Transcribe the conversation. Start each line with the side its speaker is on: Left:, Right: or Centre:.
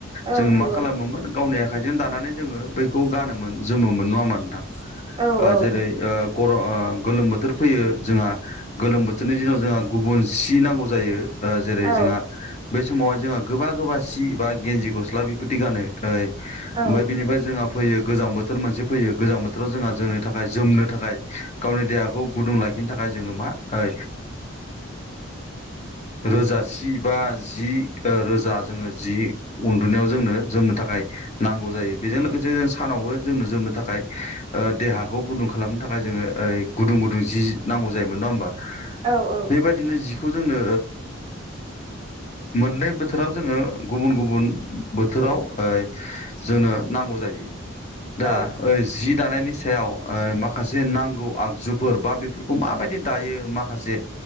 Right: औ
Left: जोंङो
Right: नंगौ
Left: मा खालामोमोन गावनि आखाइजों दानानै जोङो बैखौ गानोमोन जोमोन नङा होमबा नोंथां
Right: औ औ
Left: जेरै गर ओ गोलोम बोथोर फैयो जोंहा गोलोम बोथोरनि दिनाव जोंहा गुबुन सि नांगौ जायो जेरै
Right: औ
Left: जोंहा बे समावहाय जोंहा गोबा गोबा सि बा गन्जि गस्ला बेफोरदि गानो ओमफ्राय
Right: औ
Left: बिनिफ्राय जोंहा फैयो गोजां बोथोर मोनसे फैयो गोजां बोथोराव जोंहा जोंनि थाखाय जोमनो थाखाय गावनि देहा खौ गुदुं लाखिनो थाखाय जोङो मा ओ रोजा सि बा जि रोजा जोङो जि उन्दुनायाव जोंनो जोमनो थाखाय थाखाय नांगौ जायो बेजों लोगोसे जों सानावबो जोंनो जोमनो थाखाय देहाखौ गुदुं खालामनो थाखाय थाखाय जोङो गुदुं गुदुं जि नांगौ जायोमोन नङा होमबा
Right: औ
Left: बेबायदिनो जिखौ जोंनो मोननै बोथोराव जोङो गुबुन गुबुन बोथोर बोथोराव जोंनो नांगौ जायो दा
Right: औ
Left: जि दानायनि सायाव ओ माखासे नांगौ आग फोर बा बेफोरखौ माबायदि दायो माखासे जे